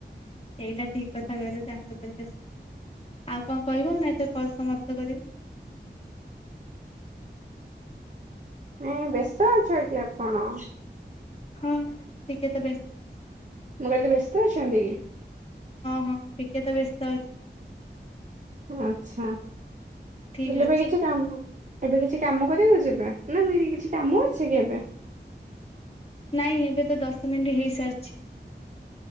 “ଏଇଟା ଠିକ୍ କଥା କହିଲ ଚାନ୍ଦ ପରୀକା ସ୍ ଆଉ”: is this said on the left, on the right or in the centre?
Left